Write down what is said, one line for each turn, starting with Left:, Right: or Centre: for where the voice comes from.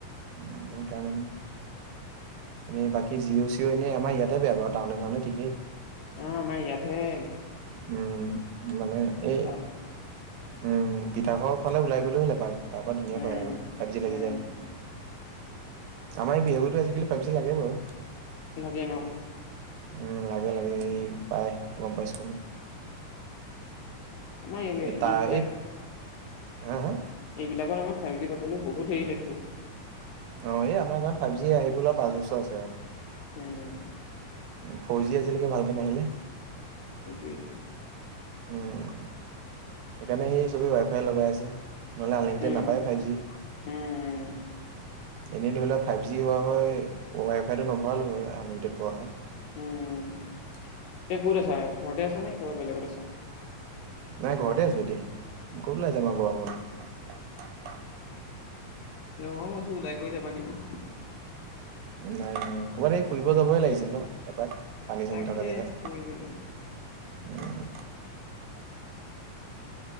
Right: উম সেইকাৰণে মানে এনেই বাকী জিঅ' চিঅ' এনেই আমাৰ ইয়াতে বেয়া বাউ টাউনে চাউনে ঠিকেই।
Left: অ আমাৰ ইয়াতহে
Right: উম মানে এই
Left: <unintelligible>
Right: উম পিঠাখোৱা ফালে ওলাই গলেও হ'লো এপাক তাৰ পৰা ধুনীয়া
Left: উম
Right: পায় আৰু ফাইভ জি লাগি
Left: উম
Right: যায়। আমাৰ এই বিহু ঘৰটো আজিকালি ফাইভ জি লাগে বাৰু।
Left: লাগে ন
Right: উম লাগে লাগে এই পাই গম পাইছোঁ মানে।
Left: মই
Right: এই তাৰ
Left: এইবিলাক।
Right: এই হা হা
Left: এইবিলাকত আমাৰ ফাইভ জি পাবলৈ বহুত হেৰি লাগিব।
Right: অ এই আমাৰ গাঁৱত ফাইভ জি আহিবলৈ পাঁচ বছৰ আছে আৰু।
Left: উম।
Right: ফ'ৰ জি আজিলৈকে ভালকে নাহিলে
Left: সেইটোৱেই
Right: উম সেইকাৰণে সেই চবেই ৱাই ফাই লগাই আছে। নহ'লে আনলিমিটেড
Left: উম
Right: নাপায় ফাইভ জি
Left: উম
Right: এনেই ধৰি লোৱা ফাইভ জি হোৱা হয় ৱাই ফাইটো নভৰালো হয়, আনলিমিটেড পোৱা হয়।
Left: উম এতিয়া ক'ত আছা ঘৰতে আছা নে ক'বাত বেলেগত আছা?
Right: নাই ঘৰতে আছো এতিয়া ক'ত ওলাই যাম আৰু গৰমত
Left: নহয় মই কৈছো ওলাই কৰি যাবা নেকি?
Right: নাই নাই। ক'ৰবাত এই ফুৰিব যাবই লাগিছিল নহ এপাক পানী
Left: তাকে
Right: চানী থকা জেগাত।
Left: ফুৰিবলৈ
Right: উম
Left: <inaudible>